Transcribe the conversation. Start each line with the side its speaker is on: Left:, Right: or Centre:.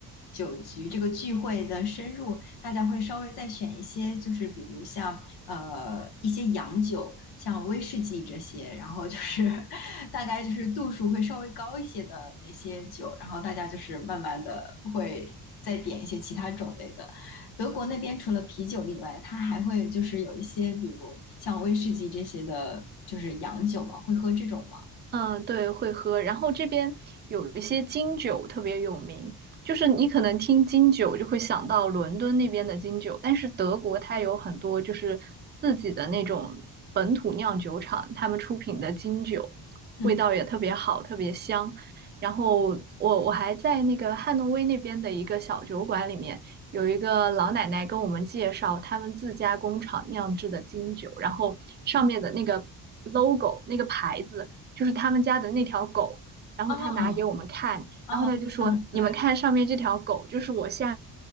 Left: 酒局这个聚会的深入，大家会稍微再选一些，就是比如像，呃，一些洋酒，像威士忌这些，然后就是 <laughs> 大概就是度数会稍微高一些的那些酒，然后大家就是慢慢的会再点一些其他种类的。德国那边除了啤酒以外，它还会就是有一些，比如像威士忌这些的，就是洋酒嘛，会喝这种吗？
Right: 嗯，对，会喝。然后这边有一些金酒特别有名，就是你可能听金酒就会想到伦敦那边的金酒，但是德国它有很多就是自己的那种本土酿酒厂，他们出品的金酒，
Left: 嗯，
Right: 味道也特别好，特别香。然后我我还在那个汉诺威那边的一个小酒馆里面，有一个老奶奶跟我们介绍他们自家工厂酿制的金酒，然后上面的那个 logo 那个牌子。就是他们家的那条狗，然后他拿给我们看，
Left: 哦哦，
Right: 然后他就说：
Left: 嗯，
Right: “你们看上面这条狗，
Left: 对，
Right: 就是我下